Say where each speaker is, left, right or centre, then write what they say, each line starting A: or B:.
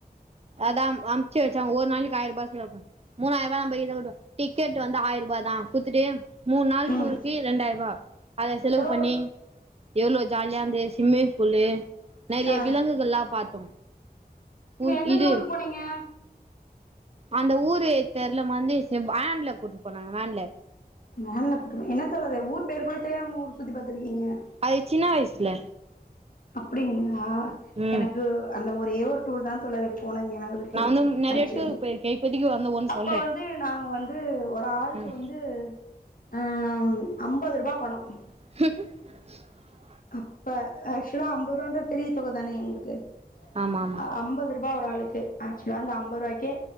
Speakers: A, on the right (about 40°); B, on the left (about 60°).
A: அதாம் அம்ச்சு வச்சே ஒ ரு நாளைக்கி ஆயர்ருபா செலவு பண் மூணாயர்ருபா நம்பகிட்ட <unintelligible> அ டிக்கெட் வந்து ஆயர்ருபாதா குட்த்துட்டு மூணு நாள்
B: ம்
A: டூருக்கு ரெண்டாயர்ருவா அத செலவு
B: ஓ
A: பண்ணி எவ்ளோ ஜாலியா இருந்துது ஸ்விம்மிங் பூலு நறைய
B: ஆ
A: விலங்குகள்லா பாத்தோ புல்
B: ந்தெந்த
A: இது
B: ஊருக்கு போனீங்க?
A: அந்த ஊரு தெர்லமா வந்து செ வேன்ல கூட்டு போனாங்க வேன்ல
B: வேன்ல கூட்டு போனாங்க என்ன தோழரே ஊர் பேர் கூட தெரியாம ஊர் சுத்தி பாத்துருக்கீங்க
A: அது சின்ன வயசுல
B: அப்டிங்ளா ஆ
A: ம்
B: எனக்கு அந்த ஒரே ஒரு டூர்தா தோழரே போனது நெனவு இருக்கு
A: நா வந்து நெறைய
B: ஆக்சலா
A: டூர் போயிருக்கே இப்பதைக்கு வந்து ஒன்னு
B: அப்போ
A: சொல்றே
B: வந்து நாங்க வந்து ஒரு ஆளுக்கு
A: ம்
B: வந்து அம் அம்பது ரூபா பணோ
A: <unintelligible>
B: அப்ப ஆக்சுவலா அம்பது ரூவான்றது பெரிய தொகைதானே உங்களுக்கு
A: ஆமா ஆமா
B: அ அம்பது ருபா ஒரு ஆளுக்கு க்கு ஆக்சுவலா அந்த அம்பது ரூபாய்க்கே